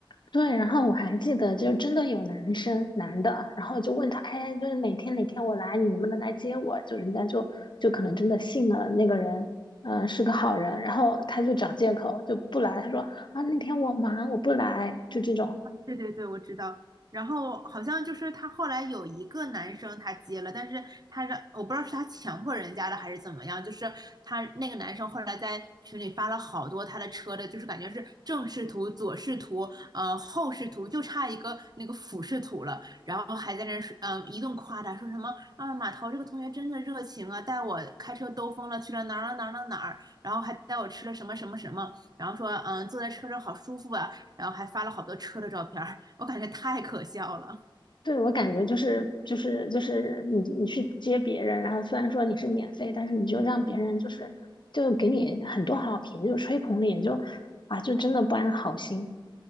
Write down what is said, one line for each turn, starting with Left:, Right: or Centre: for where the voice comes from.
Left: 对，然后我还记得，就真的有男生男的，然后就问他，哎，就是哪天哪天我来，你能不能来接我？就人家就就可能真的信了那个人，嗯、是个好人，然后他就找借口就不来，他说啊那天我忙我不来，就这种。
Right: 对对对，我知道。然后好像就是他后来有一个男生他接了，但是他让我不知道是他强迫人家的还是怎么样，就是他那个男生后来在群里发了好多他的车的，就是感觉是正视图、左视图、呃后视图，就差一个那个俯视图了。然后还在那儿说嗯、一顿夸他，说什么啊马涛这个同学真的热情啊，带我开车兜风了，去了哪儿哪儿哪儿哪儿哪儿，然后还带我吃了什么什么什么，然后说嗯、坐在车上好舒服啊，然后还发了好多车的照片儿，我感觉太可笑了。
Left: 对，我感觉就是就是就是你你去接别人，然后虽然说你是免费，但是你就让别人就是就给你很多好评，就吹捧你，就啊就真的不安好心。